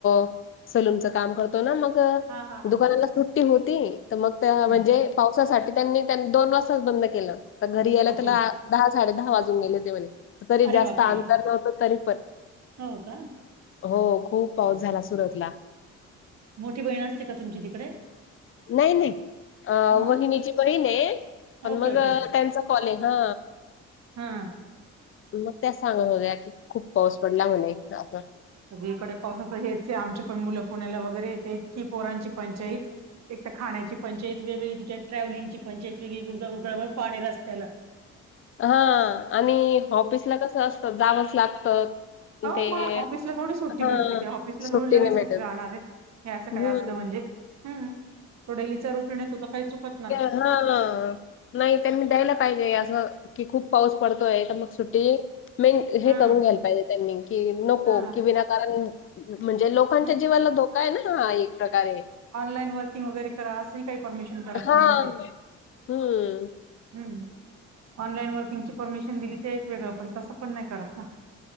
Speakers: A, on the left; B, on the right.
A: अं सलूनच काम करतो ना, मग
B: हा हा हा.
A: दुकानाला सुट्टी होती. तर, मग त्या
B: हम्म
A: म्हणजे पावसासाठी त्यांनी- त्यां दोन वाजताच बंद केलं. तर, घरी यायला
B: ओके
A: त्याला दहा साडे दहा वाजून गेले होते. म्हणे, तरी
B: अरे
A: जास्त
B: बापरे
A: अंतर नव्हतं तरी पण
B: हो का?
A: हो खूप पाऊस झाला सुरतला.
B: मोठी बहीण असते का तुमची तिकडे?
A: नाही नाही. अं
B: मग
A: वहिनीची बहीण आहे. पण
B: ओके
A: मग
B: ओके ओके
A: त्यांच कॉल हे हा.
B: हा.
A: मग त्या सांगत होत्या की खूप पाऊस पडला म्हणे अस
B: सगळीकडे पावसाच हेच हे आमची पण मुलं पुण्याला वगैरे येत इतकी पोरांची पंचाईत एक तर खाण्याची पंचायत वेगळी तिच्या ट्रॅव्हलिंगची पंचायत वेगळी गुडगा गुडगाभर पाणी रस्त्याला,
A: हा आणि ऑफिसला कस असतं जावंच लागतं
B: हो
A: ते
B: मग ऑफिसला थोडी सुट्टी
A: हां
B: भेटते की ऑफिसला
A: सुट्टी
B: थोडी लगेच
A: नाही
B: सु्टी
A: भेटत.
B: राहणार आहे. हे असं काय
A: हम्म.
B: असलं म्हणजे हम् रोडलीचा रोटीने येतो तर काही चुकत नाही.
A: हा. नाही त्यांनी द्यायला पाहिजे, असं की खूप पाऊस पडतोय तर मग सुट्टी मेन हे
B: हा
A: करून घ्यायला पाहिजे त्यांनी कि नको
B: हा
A: की विनाकारण म्हणजे लोकांच्या
B: नाही
A: जीवाला धोका आहे ना हा एक प्रकारे.
B: ऑनलाईन वर्किंग वगैरे करा असंही काही परमिशन करत
A: हां.
B: नाही ना ते,
A: हम्म.
B: हम् ऑनलाईन वर्किंगची परमिशन दिली ते एक वेगळं पण तसं पण नाही करत ना.